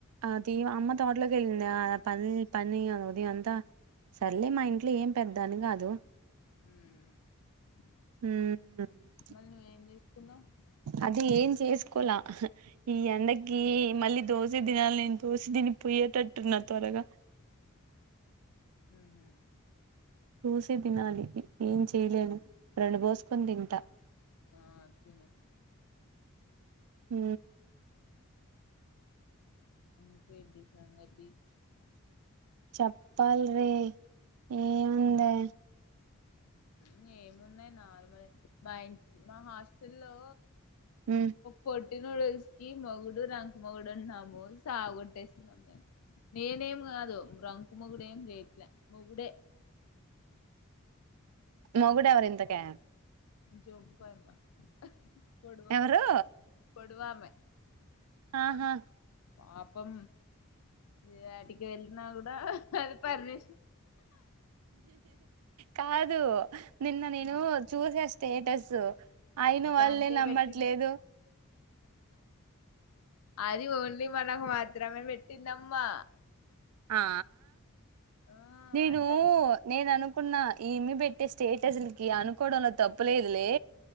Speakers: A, on the right; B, on the left.
A: ఆ తీవ అమ్మ తోట్లోకెళ్ళింద అ పని పని అ ఉదయం అంతా సరలే మా ఇంట్లో ఏం పెద్ద అని కాదు
B: <inaudible>
A: ఉమ్
B: మళ్ళ నువ్వేం చేసుకున్నావ్
A: అది ఏం చేసుకోలా ఈ ఎండకి మళ్ళీ దోశ తినాలి నేను దోసి తినిపోయేటట్టున్నా త్వరగా
B: హ
A: చూసి తినాలి ఏం చేయలేను రోన్ బోసుకొని తింటా
B: అచ్చ <inaudible>
A: ఉ
B: <inaudible> ఇంగేంటి సంగతి
A: చెప్పాల రీ ఏముంది
B: ఉ ఏమున్నాయి నార్మలే మా మా హాస్టల్లో
A: హ
B: పొట్టి నూడుల్స్ కి మొగుడు రంక మొగుడు ఉంటన్నాము సావ కొట్టేస్తున్నాం న నేనేం కాదు రంకు మగుడేం చేయట్లే మొగుడే
A: మొగుడెవరు ఇంతకి
B: జొంపామే పొడువామే
A: ఎవరు
B: పొడువామే
A: ఆహా
B: పాపం ఇ వాటికి వెళ్ళిన కూడా అది పర్మిష
A: కాదు నిన్న నేను చూసేస్ స్టేటస్ అయిన వాళ్ళే
B: దానికే
A: నమ్మట్లేదు
B: పెట్టింది అది ఓన్లీ మనకు మాత్రమే పెట్టిందమ్మా
A: ఆ
B: ఆ
A: నేను
B: అందరు
A: నేను అనుకున్న ఈమి పెట్టే స్టేటస్లకి అనుకోవడంలో తప్పులేదులే